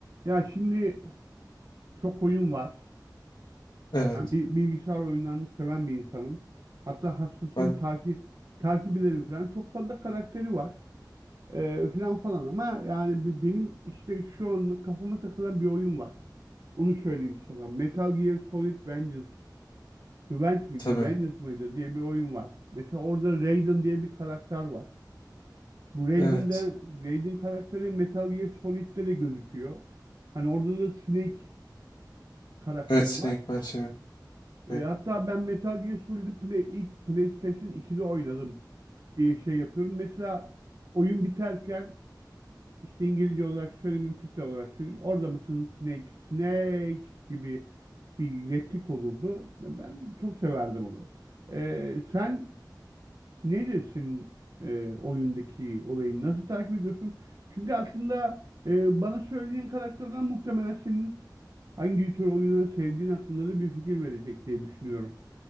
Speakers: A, on the right (about 50°); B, on the left (about 80°).
A: Ya şimdi çok oyun var.
B: Evet.
A: Ben bi- bilgisayar oyunlarını seven bir insanım. Hatta hastasıyım
B: Ben
A: takip takip ederim falan. Çok fazla karakteri var. Ee, falan falan ama yani bi- benim işte şu anlık kafama takılan bir oyun var. Onu söyleyeyim sana. Metal Gear Solid Vengeance. Revenge miydi?
B: tabii.
A: Vengeance mıydı diye bir oyun var. Mesela orada Raiden diye bir karakter var. Bu Raiden'de
B: Evet.
A: Raiden karakteri Metal Gear Solid'de de gözüküyor. Hani orada da Snake karakteri
B: Evet Snake
A: var.
B: ben seviyorum.
A: E,
B: Ben,
A: hatta ben Metal Gear Solid Play, ilk PlayStation 2'de oynadım diye şey yapıyorum. Mesela oyun biterken işte İngilizce olarak söyleyeyim, Türkçe olarak söyleyeyim. Orada mısın Snake, Snake gibi bir replik olurdu. Ben, ben çok severdim onu. E, sen ne dersin e, oyundaki olayı nasıl takip ediyorsun? Çünkü aslında e, bana söylediğin karakterden muhtemelen senin hangi tür oyunları sevdiğin hakkında da bir fikir verecek diye düşünüyorum.